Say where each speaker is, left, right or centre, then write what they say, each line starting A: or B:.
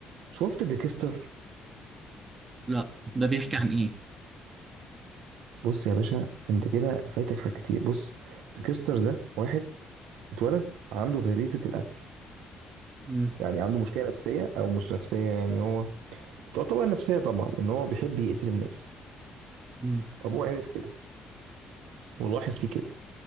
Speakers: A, on the right; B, on the right.
A: شفت ديكستر
B: لا ده بيحكي عن ايه
A: بص يا باشا انت كده فايتك حاجات كتير بص تكستر ده واحد اتولد عنده غريزة القتل
B: مم.
A: يعني عنده مشكلة نفسية او مش نفسية يعني هو تعتبر نفسية طبعا ان هو بيحب يقتل الناس
B: مم.
A: وابوه عرف كده ولاحظ فيه كده